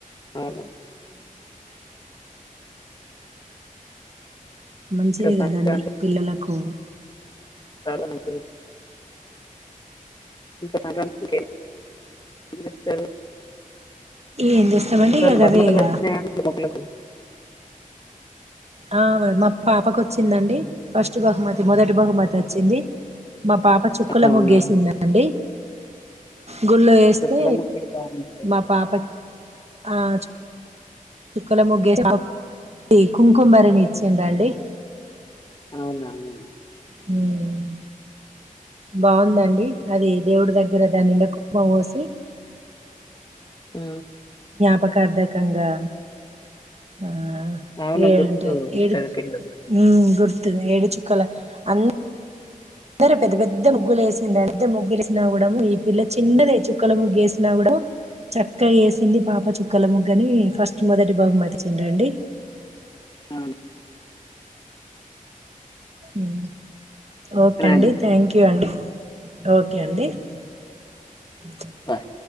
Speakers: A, on the left; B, on the right.
A: అవును.
B: మంచిది
A: ఇంకా సంక్రాంతి
B: గదండి పిల్లలకు
A: చాలా మంచిది <unintelligible> <inaudible>
B: ఏం చేస్తామండి ఇక గవే ఇగ ఆ మా పాపకు వొచ్చిందండి ఫస్ట్ బహుమతి మొదటి బహుమతి వొచ్చింది మా పాప చుక్కల
A: అవునా
B: ముగ్గేసిందండి గుళ్ళో యేస్తే
A: చుక్కల ముగ్గులు బాగుంది
B: మా పాప ఆ చు చుక్కల ముగ్గేస్తే పాప్కి కుంకుమ్బరిని ఇచ్చిం డండి
A: అవును అవును
B: హ్మ్ బావుందండి అది దేవుడి దగ్గర దాన్‌నిండా కుంభం బోసి
A: హు
B: ప్ప కార్దకంగా ఆ
A: అవును
B: ఏట్
A: గుర్తు
B: ఏడు
A: ఉంటది పిల్లలు
B: హు గుర్ ఏడుచుక్కల అన్ దరు పెద్ద పెద్ద ముగ్గులు వేసిండ్ పెద్ద ముగ్గులు వేసినా కూడం ఈ పిల్ల చిన్నదే చుక్కల ముగ్గు వేసినా కూడము చక్కగా ఏసి కింది పాప చుక్కల ముగ్గని ఫస్ మొదటి బాగుమతిచిండ్రండి
A: అ
B: ఉ ఓకే
A: సరేనండి
B: అండి థ్యాంక్ యూ అండి ఓకే అండి అ
A: పర్